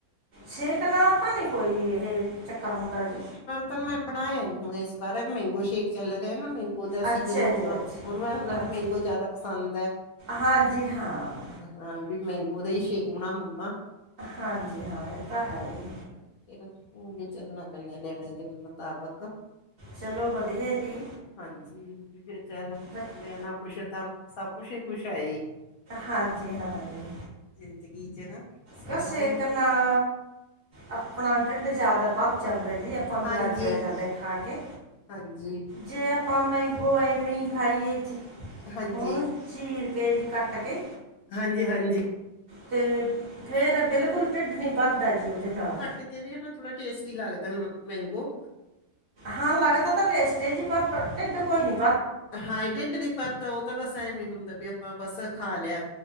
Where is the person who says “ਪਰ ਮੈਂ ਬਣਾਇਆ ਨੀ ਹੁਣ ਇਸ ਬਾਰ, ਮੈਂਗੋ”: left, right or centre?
Left